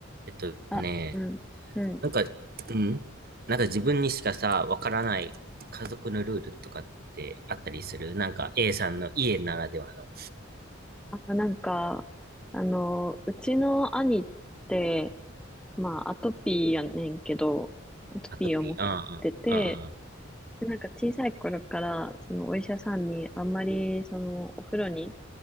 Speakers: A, on the right; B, in the centre.
A: えっとね、
B: あ、うん、うん。
A: なんか、うん、なんか自分にしかさ、わからない家族のルールとかってあったりするなんか A さんの家ならではの
B: あ、なんか、あの、うちの兄って、まあ、アトピーやねんけど、アトピーを持ってて、
A: アトピー。うんうん
B: でなんか小さい頃から、そのお医者さんにあんまり、その、お風呂に